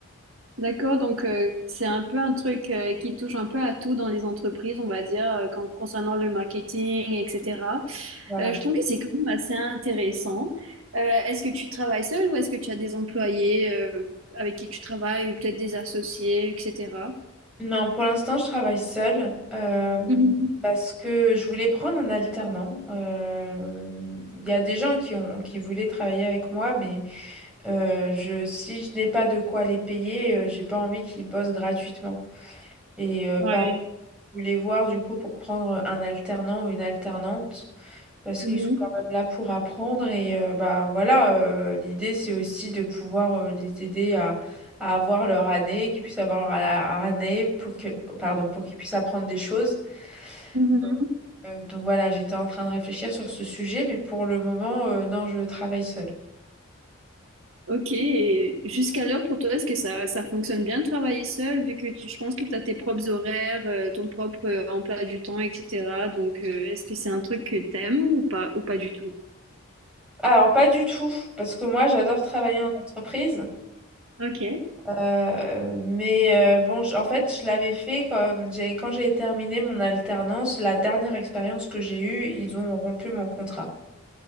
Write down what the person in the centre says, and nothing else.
Voilà.
Non, pour l'instant, je travaille seule euh,
parce que je voulais prendre un alternant. Euh, Il y a des gens qui ont, qui voulaient travailler avec moi, mais euh, je, si je n'ai pas de quoi les payer, euh, j'ai pas envie qu'ils bossent gratuitement. Et euh,
par je voulais voir du coup pour prendre un alternant ou une alternante parce
qu'ils sont quand même là pour apprendre et euh, bah voilà euh, l'idée c'est aussi de pouvoir euh, les aider à, à avoir leur année qu'ils puissent avoir leur a- année pour que pardon pour qu'ils puissent apprendre des choses
donc, euh, donc voilà j'étais en train de réfléchir sur ce sujet mais pour le moment euh, non je travaille seule
alors pas du tout parce que moi j'adore travailler en entreprise
euh, mais euh, bon j- en fait je l'avais fait quand j'ai quand j'ai terminé mon alternance la dernière expérience que j'ai eue ils ont rompu mon contrat